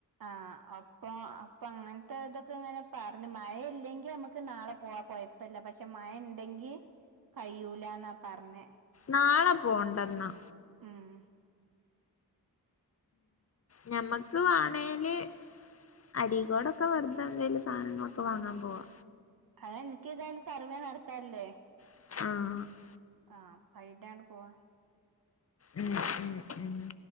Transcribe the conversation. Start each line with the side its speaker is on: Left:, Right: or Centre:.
Right: ആഹ്അപ്പൊ അപ്പങ്ങൻത്തെ തൊക്കെങ്ങനെ പറഞ്ഞ് മയ ഇല്ലെങ്കി അമ്മക്ക് നാളെ പോവാ കൊയപ് പ്പല്ല. പഷെ മഴണ്ടെങ്കി കഴിയൂല ന്നാ പർഞ്ഞെ.
Left: നാളെ പോണ്ടന്നാ
Right: ഉം
Left: ഞമ്മക്ക് വേണേല് അടീക്കൂടൊക്കെ വെറ്തെന്തേലും സാനങ്ങളൊക്കെ വാങ്ങാൻ പോവാ
Right: അതെനിക്കേതായാലും സർവേ നടത്താല്ലേ.
Left: ആഹ്
Right: ആഹ് പൈറ്റാണ്ട് പോവാ
Left: ഉം ഉം ഉം